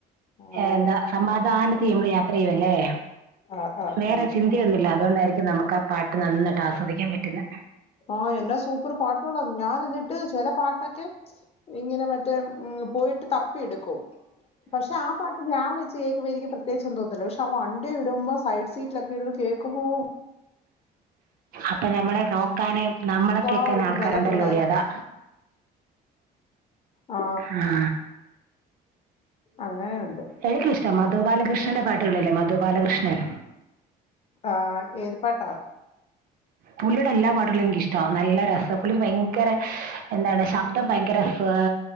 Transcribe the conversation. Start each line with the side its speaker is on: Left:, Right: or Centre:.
Left: ആ
Right: എന്താ സമാധാന ത്തിൽ നമ്മള് യാത്ര ചെയ്യുവല്ലേ
Left: ആ ആ
Right: വേറെ
Left: ആ
Right: ചിന്തയൊന്നു ഇല്ല അതുകൊണ്ടായിരിക്കു നമുക്ക് ആ പാട്ട് നന്നായിട്ട് ആസ്വദി ആസ്വദിക്കാൻ പറ്റുന്ന
Left: ആ എന്നാ സൂപ്പർ പാട്ടുകളാ ഞാൻ എന്നിട്ട് ചില പാട്ടൊക്കെ ഇങ്ങനെ മറ്റേ പോയിട്ട് തപ്പിയെടുക്കും പക്ഷെ ആ പാട്ട് ഞാൻ വെച്ച് കേൾക്കുമ്പോൾ എനിക്ക് പ്രത്യേകിച്ചൊന്നും തോന്നത്തില്ല പക്ഷെ ആ വണ്ടി ഇടുമ്പോ സൈഡ് സീറ്റിലൊക്കെ ഇരുന്ന് കേൾക്കുമ്പോ
Right: അപ്പൊ നമ്മളെ നോക്കാനെ നമ്മളെ
Left: വാവ്
Right: കേക്കാൻ ആൾക്കാരുണ്ടല്ലോടി
Left: വല്ലാത്തൊരു
Right: അതാ
Left: ആ
Right: മൂ
Left: അങ്ങനെയുണ്ട്
Right: എനിക്കിഷ്ട മധു ബാലകൃഷ്ണ നല്ല പാട്ടുകളല്ലേ മധു ബാലകൃഷ്ണൻ
Left: ആ ഏത് പാട്ടാ
Right: പുള്ളിയുടെ എല്ലാ പാട്ടുകളും എനിക്കിഷ്ട നല്ല രസാ പുള്ളിക്ക് ഭയങ്കര എന്താണ് ശബ്ദം ഭയങ്കര സ്ലോ